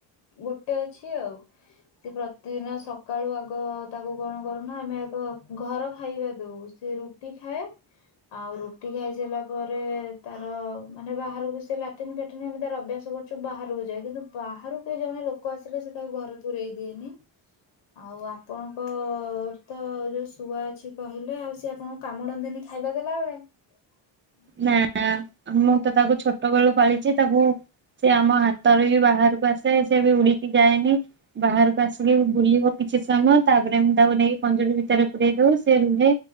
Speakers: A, on the left; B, on the right.
A: ଗୋଟେ ଅଛି ଆଉ ସେ ପ୍ରତିଦିନ ସକାଳୁ ଆଗ ତାକୁ କଣ କରୁନା ଆମେ ଆଗ ଘର ଖାଇବା ଦଉ ସେ ରୁଟି ଖାଏ ଆଉ ରୁଟି ଖାଇସାରିଲା ପରେ ତାର ମାନେ ବାହାରକୁ ସେ ଲ। ଟିନ ଫାଟିନ୍ ଆମେ ତାର ଅଭ୍ୟାସ କରିଛୁ ବାହାରକୁ ଯାଏ କିନ୍ତୁ ବାହାରୁ କେହି ଜଣେ ଲୋକ ଆସିଲେ ସେ ତାକୁ ଘରେ ପୂରେଇ ଦିଏନି ଆଉ ଆପଣଙ୍କ ତ ରେସ୍ ତୁଆ ଅଛି କହିଲେ ଆଉ ସେ ଆପଣଙ୍କୁ କାମୁଡନ୍ତିନି ଖାଇବାକୁ ଦେଲା ବେଳେ? <unintelligible>
B: ନା ମୁଁ ତ ତାକୁ ଛୋଟ ବେଳୁ ପାଳିଛି ତାକୁ ସେ ଆମ ହାତରେ ବି ବାହାରକୁ ଆସେ ସେ ବି ଉଡିକି ଯାଏନି । ବାହାରକୁ ଆସିକି ବୁଲିବ କିଛି ସମୟ ତାପରେ ମୁଁ ତାକୁ ନେଇକି ପଞ୍ଜୁରୀ ଭିତରେ ପୁରେଇ ଦଉ ସେ ରୁହେ।